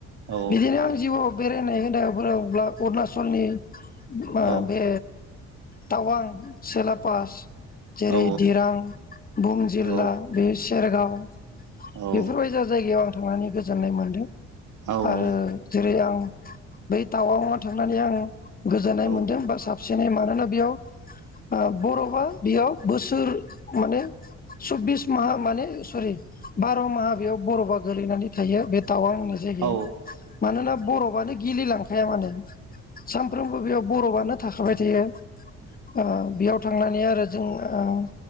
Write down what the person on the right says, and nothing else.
औ
औ
औ
औ
औ
औ
औ
औ
औ